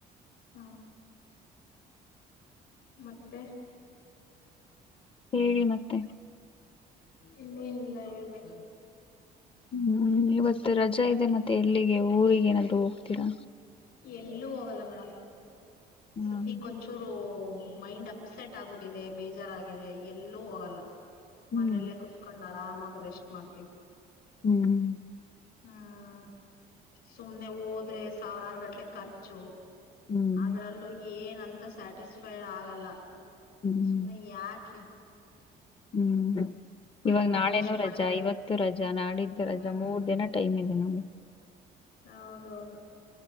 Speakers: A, on the left; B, on the left.
A: ಹ್ಮ ಮತ್ತೆ
B: ಹೇಳಿ ಮತ್ತೆ
A: ಇನ್ನೇನ್ ಇಲ್ಲ ಹೇಳ್ಬೇಕು
B: ಹ್ಮ್ ಇವತ್ತು ರಜಾ ಇದೆ ಮತ್ತೆ ಎಲ್ಲಿಗೆ ಊರಿಗೆ ಏನಾದ್ ಹೋಗ್ತೀರಾ
A: ಎಲ್ಲೂ ಹೋಗಲ್ಲ ಮೇಡಮ್
B: ಹ್ಮ್
A: ಸ್ದಿ ಕೊಂಚೂರು ಮೈಂಡ್ ಅಪ್ಸೆಟ್ ಆಗಿದೆ ಬೇಜಾರಿದೆ ಎಲ್ಲೂ ಹೋಗಲ್ಲ
B: ಹ್ಮ್
A: ಮನಲ್ಲೇ ಕುತ್ಕೊಂಡ ಆರಾಮಾಗಿ ರೆಸ್ಟ್ ಮಾಡ್ತೀವಿ
B: ಹ್ಮ್
A: ಹ್ಮ್ ಸುಮ್ನೆ ಹೋದ್ರೆ ಸಾವಿರಾರು ಗಟ್ಲೆ ಖರ್ಚು
B: ಹ್ಮ್
A: ಅದ್ರಲ್ಲೂ ಏನಂತ ಸ್ಯಾಟಿಸ್ಫೈಡ್ ಆಗಲ್ಲ
B: ಹ್ಮ್
A: ನ್ನ ಆಕೆ
B: ಹ್ಮ್
A: ಮನೇಲಿದ್ರೆ
B: ಇವಾಗ ನಾಳೆನು
A: ಎಷ್ಟ್
B: ರಜಾ
A: ಮಾಡಿದ್ರೆ
B: ಇವತ್ತು ರಜಾ ನಾಡಿದ್ದು ರಜಾ
A: ಹ್ಮ್
B: ಮೂರ್ ದಿನ ಟೈಮ್ ಇದೆ ನೋಡಿ
A: ಹೌದೌದು